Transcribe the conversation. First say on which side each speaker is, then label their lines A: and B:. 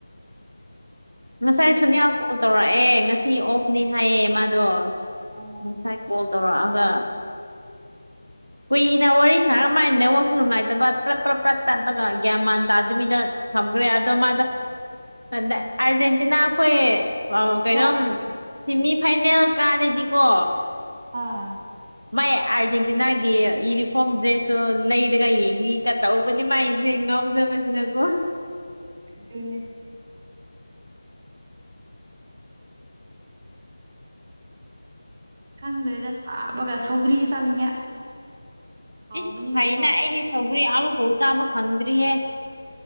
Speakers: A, on the right (about 85°); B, on the right (about 25°).
A: ꯉꯁꯥꯏ
B: ꯄꯨꯟꯁꯤ
A: ꯁꯣꯅꯤꯌꯥ
B: ꯐꯥꯎ
A: ꯀꯣꯜ ꯇꯧꯔꯛꯑꯦ ꯉꯁꯥꯏ ꯁꯤ ꯑꯣꯐꯅꯤ ꯍꯥꯏꯌꯦ ꯃꯥꯗꯣ
B: ꯑꯣ
A: ꯉꯁꯥꯏ ꯀꯣꯜ ꯇꯧꯔꯛꯑꯒ ꯀꯨꯏꯅ ꯋꯥꯔꯤ ꯁꯥꯔ ꯀꯃꯥꯏꯅ ꯅꯦꯋꯥꯛꯁꯨ ꯅꯨꯡꯉꯥꯏꯇꯕ ꯄ꯭ꯔꯞ ꯄ꯭ꯔꯞ ꯄ꯭ꯔꯞ ꯇꯠꯂꯒ ꯒ꯭ꯌꯥꯟ ꯃꯥꯟ ꯇꯥꯗꯕꯤꯗ ꯊꯝꯈ꯭ꯔꯦ ꯑꯗꯣ ꯃꯥꯗ ꯑ ꯑꯔꯖꯦꯟꯇꯤꯅꯥ ꯈꯣꯏ ꯑꯣ ꯀꯩꯅꯣꯝ
B: ꯚꯥꯏ
A: ꯁꯤꯃꯤ ꯐꯥꯏꯅꯦꯜ ꯀꯥꯔꯦꯗꯤꯀꯣ
B: ꯑꯥ
A: ꯃꯥꯏ ꯑꯥꯔꯖꯦꯟꯇꯤꯅꯥꯒꯤ ꯌꯨꯅꯤꯐꯣꯔꯝ ꯗ꯭ꯔꯦꯁꯁꯨꯨ ꯂꯩꯔꯒ ꯌꯦꯡꯅꯤꯒ ꯇꯧꯕꯅꯤ ꯃꯥꯏ ꯉꯥꯎꯖꯕꯁꯤꯅꯀꯣ
B: ꯑꯗꯨꯅꯦ ꯈꯪꯗ꯭ꯔꯦꯗ ꯁꯥꯕꯒ ꯁꯧꯒ꯭ꯔꯤꯒ ꯆꯥꯅꯤꯡꯉꯦ ꯍꯥꯎꯕꯅꯤꯅꯀꯣ
A: ꯏꯁ ꯐꯩꯅ ꯑꯩꯗꯤ ꯁꯒ꯭ꯔꯤ ꯑꯥꯕꯐꯧ ꯆꯥꯕ ꯐꯪꯗ꯭ꯔꯤꯍꯦ